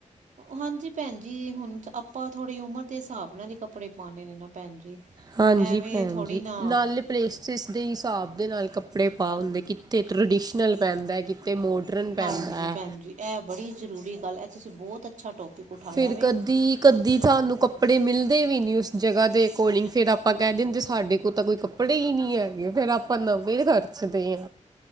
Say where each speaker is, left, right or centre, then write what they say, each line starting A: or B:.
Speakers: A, on the right; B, on the right.
A: ਹਾਂਜੀ ਭੈਣ ਜੀ ਹੁਣ ਤਾਂ ਆਪਾਂ ਥੋੜੀ ਉਮਰ ਦੇ ਹਿਸਾਬ ਨਾਲ ਈ ਕੱਪੜੇ ਪਾਣੇ ਨੇ ਨਾ ਭੈਣ ਜੀ।
B: ਹਾਂਜੀ
A: ਐਵੇਂ
B: ਭੈਣ
A: ਥੋੜ੍ਹੀ
B: ਜੀ
A: ਨਾ
B: ਨਾਲੇ ਪਲੇਸਿਸ ਦੇ ਹਿਸਾਬ ਦੇ ਨਾਲ ਕੱਪੜੇ ਪਾ ਹੁੰਦੇ ਕਿੱਥੇ ਟਰਡੀਸ਼ਨਲ ਪੈਂਦਾ, ਕਿ ਤੇ ਮੋਡਰਨ ਪੈਂਦਾ।
A: ਹਾਂਜੀ ਭੈਣ ਜੀ ਇਹ ਬੜੀ ਜ਼ਰੂਰੀ ਗੱਲ ਹੈ ਤੁਸੀਂ ਬੋਤ ਅੱਛਾ ਟੋਪਿਕ ਉਠਾਇਆ
B: ਫਿਰ
A: ਵੇ
B: ਕਦੀ-ਕਦੀ ਸਾਨੂੰ ਕੱਪੜੇ ਮਿਲਦੇ ਵੀ ਨੀ ਉਸ ਜਗਾ ਦੇ ਕੋਲਿੰਗ ਫੇਰ ਆਪਾਂ ਕਹਿ ਦਿੰਦੇ ਸਾਡੇ ਕੋਲ ਤਾਂ ਕੋਈ ਕੱਪੜੇ ਈ ਨੀ ਹੈਗੇ ਫੇਰ ਆਪਾਂ ਨਵੇਂ ਖਰਚਦੇ ਆ।